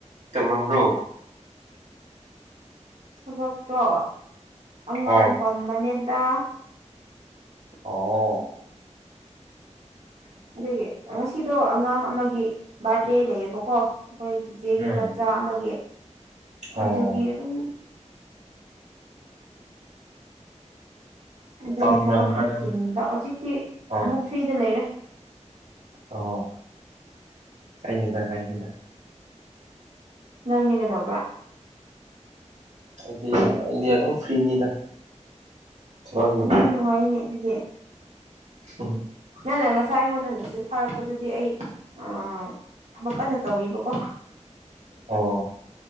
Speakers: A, on the right; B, on the right.
A: ꯇꯧꯔꯝꯕ꯭ꯔꯣ
B: ꯊꯕꯛꯇꯣ ꯑꯉꯥꯡ
A: ꯍꯣꯏ
B: ꯄꯝꯕꯅꯦꯗ
A: ꯑꯣ
B: ꯑꯗꯨꯒꯤ ꯉꯁꯤꯗꯣ ꯑꯉꯥꯡ ꯑꯃꯒꯤ ꯕꯥꯔꯗꯦ ꯂꯩꯌꯦꯕꯀꯣ ꯑꯩꯈꯣꯏ ꯆꯤꯆꯦꯒꯤ
A: ꯎꯝ
B: ꯃꯆꯥ ꯑꯃꯒꯤ
A: ꯑꯣ
B: ꯑꯗꯨꯒꯤ ꯑꯗꯨꯝ ꯑꯗꯨꯒꯤ
A: ꯇꯝꯔꯝꯕ
B: ꯊꯕꯛ ꯈꯔ
A: ꯅꯪ
B: ꯆꯤꯟꯕ ꯍꯧꯖꯤꯛꯇꯤ
A: ꯍꯣꯏ
B: ꯑꯃꯨꯛ ꯐ꯭ꯔꯤꯗ ꯂꯩꯔꯦ
A: ꯑꯣ ꯀꯥꯏꯅꯤꯗ ꯀꯥꯏꯅꯤꯗ
B: ꯅꯪꯗꯤ ꯀꯩꯗꯧꯕ꯭ꯔꯥ
A: ꯑꯩꯗꯤ ꯑꯩꯗꯤ ꯑꯗꯨꯝ ꯐ꯭ꯔꯤꯅꯤꯗ ꯊꯕꯛꯀꯤ
B: ꯎꯝ ꯅꯨꯡꯉꯥꯏꯅꯦ ꯑꯗꯨꯗꯤ
A: <inaudible>
B: ꯅꯪꯅ ꯉꯁꯥꯏ ꯑꯩꯉꯣꯟꯗ ꯃꯦꯁꯦꯁ ꯊꯥꯔꯛꯄꯗꯨꯗꯤ ꯑꯩ ꯑꯥ ꯊꯕꯛ ꯀꯟꯅ ꯇꯧꯔꯤꯕꯀꯣ
A: ꯑꯣ